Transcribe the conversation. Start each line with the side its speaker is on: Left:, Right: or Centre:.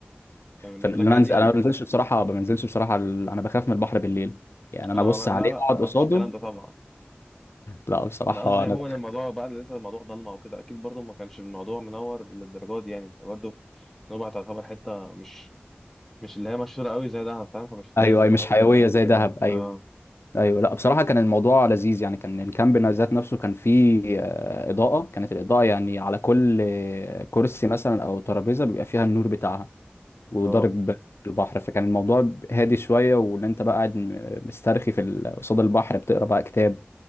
Centre: كان بالنسبه
Left: فان انا
Centre: لك عادي
Left: انزل
Centre: ولا
Left: انا ما بنزلش بصراحة ما بنزلش بصراحة ال- انا بخاف من البحر بالليل يعني انا
Centre: انا
Left: ابص
Centre: ما بقى
Left: عليه
Centre: لا لا
Left: اقعد
Centre: ما
Left: قصاده
Centre: فيش الكلام ده طبعا
Left: لا بصراحة
Centre: انا قصدي يعني
Left: انا
Centre: عموما
Left: بخ-
Centre: الموضوع بقى اللي انت الموضوع ضلمه وكده اكيد برضو ما كانش الموضوع منور للدرجه دي يعني انت برضو نوبة تعتبر حته مش مش اللي هي مشهوره قوي زي دهب فاهم فمش اللي
Left: ايوه
Centre: هي زحمه
Left: اي مش
Centre: قوي
Left: حيوية
Centre: زي دهب
Left: زي
Centre: وكده
Left: دهب ايوه
Centre: اه
Left: ايوه لا بصراحة كان الموضوع لذيذ يعني كان الكامب ذات نفسه كان فيه آه، إضاءة كانت الإضاءة يعني على كل آه، كرسي مثلا او ترابيزة بيبقى فيها النور بتاعها وضارب
Centre: اه
Left: البحر فكان الموضوع هادي شوية وان انت بقى قاعد م- مسترخي في ال- قصاد البحر بتقرا بقى كتاب